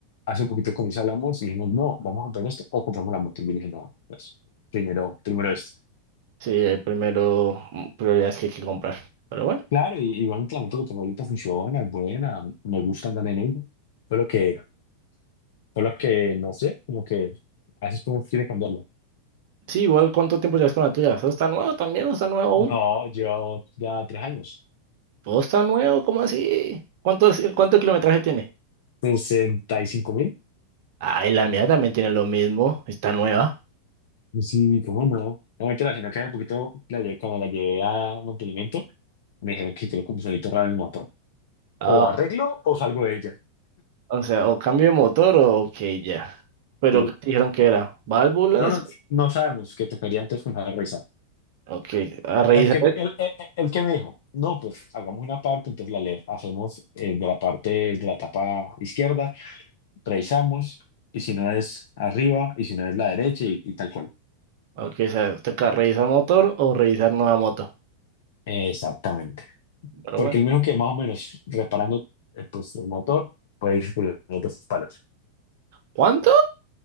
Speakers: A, on the left (about 65°); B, on the right (about 60°).
A: hace poquito con mis hablamos y dijimos, no, vamos a comprar esto o compramos la moto. Y yo le dije, no, pues, primero, primero esto.
B: Sí, hay primero mm, prioridades que hay que comprar. Pero bueno,
A: Claro, y igualmente la moto que tengo ahorita funciona, es buena, me gusta andar en ella, pero que, solo que, no sé, como que a veces uno quiere cambiarla.
B: sí, igual, ¿cuánto tiempo llevas con la tuya? ¿Todo está nuevo también? ¿No está nuevo aún?
A: No, llevo ya tres años,
B: ¿Todo está nuevo? ¿Cómo así? ¿Cuánto, sí, cuánto kilometraje tiene?
A: sesenta y cinco mil.
B: Ay, la mía también tiene lo mismo. Está nueva.
A: Sí, cómo no. Obviamente la señora que hace poquito, la lle- cuando la llevé a mantenimiento, me dijeron que creo que un sonito raro en el motor.
B: Ah,
A: O arreglo o salgo de ella.
B: o sea, o cambio de motor o ok, ya. Pero
A: Sí.
B: ¿qué te dijeron que era? ¿Válvulas?
A: No, no, no sabemos que tocaría antes comenzar a revisar.
B: Ok, a revisar.
A: ¿Sabes qué me- El, el, el que me dijo, no, pues hagamos una parte, entonces la le hacemos eh, de la parte de la tapa izquierda, revisamos, y si no es arriba, y si no es la derecha, y, y tal cual.
B: Ok, o sea, toca revisar motor o revisar nueva moto.
A: Exactamente.
B: Pero
A: Porque
B: bueno.
A: el mismo que más o menos reparando eh, pues, el motor, puede ir por los dos palos.
B: ¿Cuánto?